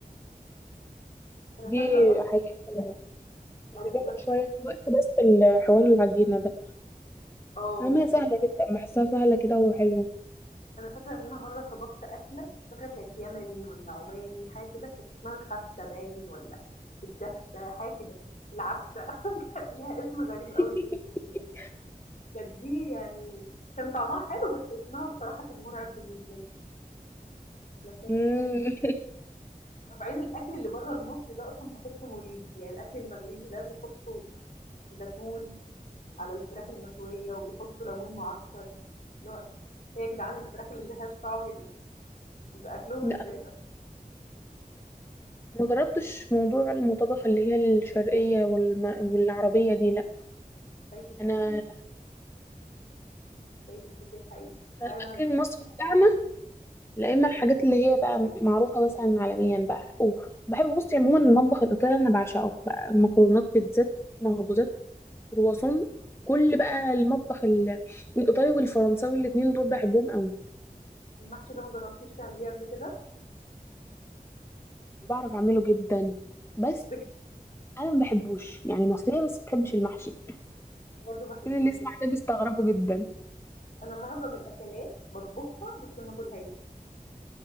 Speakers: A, on the left (about 50°); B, on the left (about 15°).
A: أنا
B: دي
A: فاكرة أصلًا
B: حقيقه يعني
A: أو كانت
B: بياخد
A: وحشة
B: شويه وقت بس الحوار العجينه ده
A: آه،
B: اما هي سهله
A: دي ح
B: جدا بحسها سهله كده وحلوه
A: أنا فاكرة إن أنا مرّة طبخت أكلة مش فاكرة كانت يمني والّا عماني حاجة كده كانت اسمها الخبسة باين والّا الدبسة حاجة كده، العبسة <laughs> كان ليها اسم غريب
B: <laughs>
A: أوي كده، كانت دي يعني كان طعمها حلو بس اسمها بصراحة كان مرعب بالنسبة لي، لكن
B: مم.
A: بعدين الأكل اللي برّه المصري ده أصلًا باحسه مريب، يعني الأكل المغربي ده بيحطوا زيتون على الفراخ المشوية وبيحطوا ليمون معصفر، اللي هو إيه يا جدعان الفراخ اللي ما لهاش طعم دي؟ بيبقى أكلهم
B: لا أنا
A: غريب أوي
B: ما جربتش موضوع المطابخ اللي هي الشرقيه والم... والعربيه دي لا
A: فايتِك
B: انا
A: كتير. فايتك كتير حقيقي.
B: الاكل
A: تعالي وأنا أجرّبه.
B: المصري بتاعنا لا اما الحاجات اللي هي بقى معروفه مثلا عالميا بقى وبحب بصي عموما المطبخ الايطالي انا بعشقه بقى مكرونات بيتزات مخبوزات كرواسون كل بقى المطبخ ال- الايطالي والفرنساوي الاتنين دول بحبهم قوي
A: المحشي ده ما جرّبتيش تعمليه قبل كده؟
B: بعرف اعمله جدا بس
A: بجد
B: انا ما بحبوش يعني مصريه بس ما بحبش المحشي
A: أنا برضه ما باحبوش
B: كل اللي يسمع
A: ده.
B: ده بيستغربوا جدا
A: أنا معظم الأكلات باطبخها لكن ما آكلهاش.